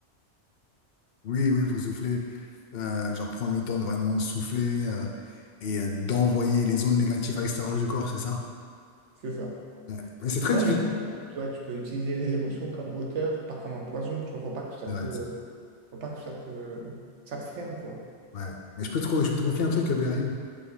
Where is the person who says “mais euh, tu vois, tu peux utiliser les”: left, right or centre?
Right